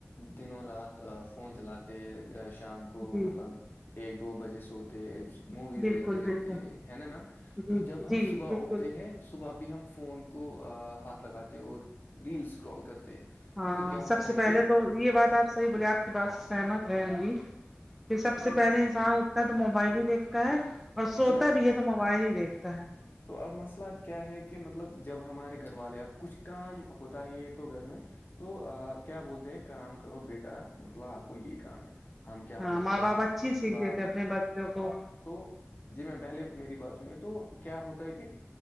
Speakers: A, on the left (about 45°); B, in the centre.
A: دن رات فون چلاتے شام کو
B: جی
A: مطلب ایک دو بجے سوتے موویز
B: بالکل
A: دیکھتے رہتے
B: بالکل
A: ہے نا میم
B: جی
A: تو جب ہم
B: جی
A: صبح
B: بالکل
A: اٹھتے ہیں صبح بھی ہم فون کو ہاتھ لگاتے اور ریلز سکرال کرتے ہیں
B: ہاں
A: پھر کیا
B: سب
A: ہوتا
B: سے
A: ہے کہ
B: پہلے تو یہ بات آپ صحیح بولے آپ کی بات سے سہمت ہے ہم‌ بھی پھر سب
A: جی
B: سے پہلے انسان اٹھتا ہے تو موبائل ہی دیکھتا ہے اور سوتا
A: جی میم
B: بھی ہے تو موبائل ہی دیکھتا ہے
A: تو اب مسئلہ کیا ہے کہ مطلب جب ہمارے گھر والے اب کچھ کام ہوتا ہی یہ تو گھر میں تو کیا بولتے ہیں کام کرو بیٹا مطلب آپ کو یہی کام ہے ہم کیا
B: ہاں
A: بولتے
B: ماں باپ
A: ہیں
B: اچھی سیکھ
A: باپ
B: دیتے اپنے بچوں کو
A: تو جی میم پہلے میری بات سنیے تو کیا ہوتا ہے کہ